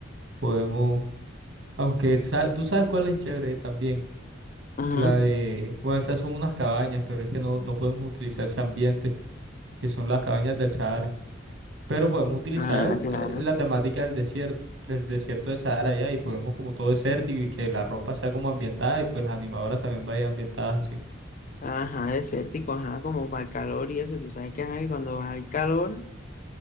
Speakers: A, on the right; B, on the left.
A: podemos, aunque sa- tú sabes cuál es chévere también,
B: Ujú.
A: la de, bueno, esas son unas cabañas, pero es que no, no podemos utilizar ese ambiente, que son las cabañas del Sahara, pero podemos utilizar
B: Ah, claro.
A: eh, la temática del desierto, del desierto de Sahara ya, y podemos como todo desértico y que la ropa sea como ambientada y pues las animadoras también vayan ambientadas así.
B: Ajá, desértico, ajá, como para el calor y eso. Tú sabes que ajá, que cuando hay calor,